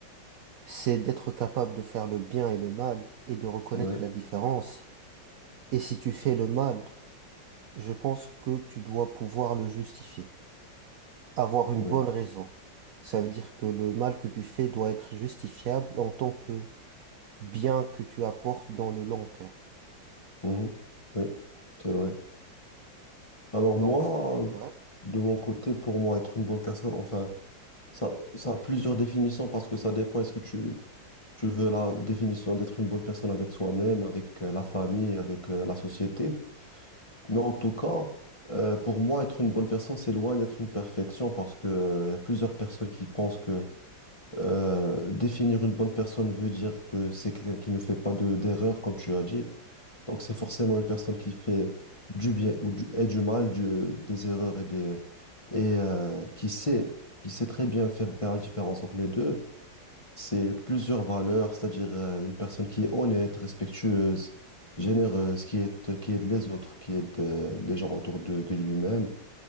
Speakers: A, on the right; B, on the left.
A: c'est d'être capable de faire le bien et le mal et de reconnaître
B: Oui,
A: la différence. Et si tu fais le mal, je pense que tu dois pouvoir le justifier. Avoir
B: oui,
A: une bonne raison. Ça veut dire que le mal que tu fais doit être justifiable en tant que bien que tu apportes dans le long terme.
B: mhm, oui, c'est vrai. Alors
A: Donc,
B: moi, euh,
A: ouais,
B: de mon côté, pour moi, être une bonne personne, enfin, ça, ça a plusieurs définitions parce que ça dépend. Est-ce que tu, tu veux la définition d'être une bonne personne avec soi-même, avec euh, la famille, avec euh, la société? Mais en tout cas, euh, pour moi, être une bonne personne, c'est loin d'être une perfection parce que, euh, il y a plusieurs personnes qui pensent que euh, définir une bonne personne veut dire que c'est quelqu'un qui ne fait pas de, d'erreur, comme tu as dit. Donc, c'est forcément une personne qui fait du bien ou du, et du mal, du- des erreurs et des, et euh, qui sait, qui sait très bien faire, faire la différence entre les deux. C'est plusieurs valeurs, c'est-à-dire euh, une personne qui est honnête, respectueuse, généreuse, qui aide, qui aide les autres, qui aide euh, les gens autour de, de lui-même